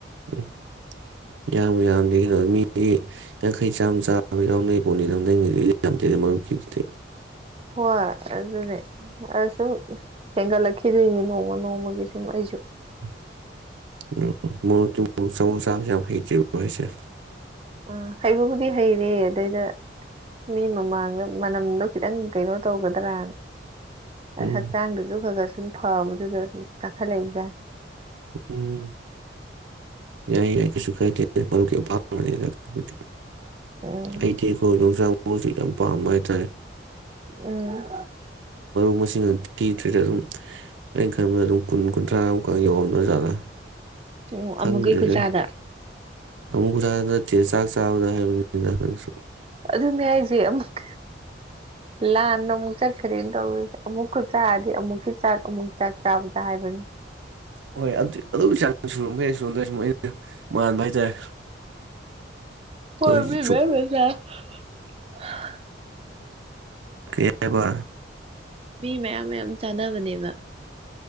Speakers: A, on the right; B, on the right.
A: ꯎꯝ ꯌꯥꯝꯃꯨ ꯌꯥꯝꯗꯦ ꯀꯩꯅꯣ ꯃꯤꯗꯤ ꯌꯥꯡꯈꯩ ꯆꯥꯝꯃ ꯆꯥꯕ ꯌꯥꯎꯅꯩ ꯄꯣꯅꯤꯗ ꯅꯪꯒꯤꯗꯤ ꯌꯥꯝꯗꯦꯗ ꯃꯔꯨꯞꯀꯤꯗꯨꯗꯤ
B: ꯍꯣꯏ ꯑꯗꯨꯅꯦ ꯑꯁꯨꯝ ꯍꯦꯟꯒꯠꯂꯛꯈꯤꯗꯣꯏꯅꯤ ꯅꯣꯡꯃ ꯅꯣꯡꯃꯒꯤꯁꯨ ꯁꯨꯡ ꯑꯩꯁꯨ
A: <unintelligible> <unintelligible> <unintelligible>
B: ꯑꯥ ꯍꯩꯕꯕꯨꯗꯤ ꯍꯩꯔꯦ ꯑꯗꯨꯗꯩꯗ ꯃꯤ ꯃꯃꯥꯡꯗ ꯃꯅꯝꯗꯣ ꯈꯤꯇꯪ ꯀꯩꯅꯣ ꯇꯧꯒꯗ꯭ꯔꯥꯅ
A: ꯎꯝ
B: ꯍꯛꯆꯥꯡꯗꯨꯁꯨ ꯈꯒꯔ ꯁꯨꯝ ꯐꯕꯗꯨꯗ ꯁꯨꯝ ꯆꯥꯈꯠꯂꯛꯏꯖ
A: ꯎꯝ ꯌꯥꯏ ꯌꯥꯏ ꯀꯩꯁꯨ ꯀꯥꯏꯗꯦ ꯃꯔꯨꯞꯀꯤ ꯑꯄꯥꯝꯕꯅꯤ ꯑꯗꯨꯕꯨꯗꯤ
B: ꯎꯝ
A: ꯑꯩꯗꯤ ꯀꯣ ꯌꯣꯡꯆꯥꯛ ꯃꯖꯤ ꯌꯥꯝ ꯄꯥꯝꯕ ꯍꯥꯏꯇꯥꯔꯦ
B: ꯎꯝ
A: <unintelligible> ꯊꯤꯗ꯭ꯔꯤ ꯑꯗꯨꯝ ꯑꯩꯅ ꯈ ꯑꯗꯨꯝ ꯀꯨ ꯀꯨꯟꯊ꯭ꯔꯥ ꯑꯃꯨꯛꯀꯪ ꯌꯧꯝꯗ꯭ꯔꯖꯥꯠꯂꯥ
B: ꯎꯝ
A: ꯈꯪꯗ꯭ꯔꯤꯗ
B: ꯑꯃꯨꯛꯀꯤ ꯈꯨꯠꯆꯥꯗ
A: ꯑꯃꯨꯛꯊ ꯆꯦ ꯆꯥꯛ ꯆꯥꯕꯗ ꯍꯥꯏꯕꯅꯤ ꯏꯗꯪꯁꯨ
B: ꯑꯗꯨ ꯑꯗꯨ ꯃ ꯍꯥꯏꯏꯖ ꯑꯃꯨꯛ ꯂꯍꯥꯟꯅ ꯑꯃꯨꯛ ꯆꯠꯀꯔꯤ ꯇꯧꯋ ꯑꯃꯨꯛ ꯆꯗꯤ ꯑꯃꯨꯛ ꯆꯥꯛ ꯑꯃꯨꯛ ꯆꯥꯛꯕꯒꯤ <unintelligible>
A: ꯍꯣꯏ ꯑꯗꯨ ꯑꯗꯨꯒꯤ ꯆꯥꯡ ꯁꯨꯔꯝ ꯃꯈꯩ ꯁꯨꯔꯣꯟꯗ꯭ꯔ ꯁꯨꯝ ꯑꯩꯅ ꯃꯥꯟꯕ ꯍꯥꯏꯇꯥꯔꯦ
B: ꯍꯣꯏ
A: ꯑꯩꯈꯣꯏꯒꯤ
B: ꯃꯤ
A: ꯁꯨꯝ
B: ꯃ ꯃꯁ ꯍꯥꯥ
A: ꯀꯔꯤꯕ
B: ꯃꯤ ꯃꯌꯥꯝ ꯃꯌꯥꯝ ꯆꯥꯅꯕꯅꯦꯕ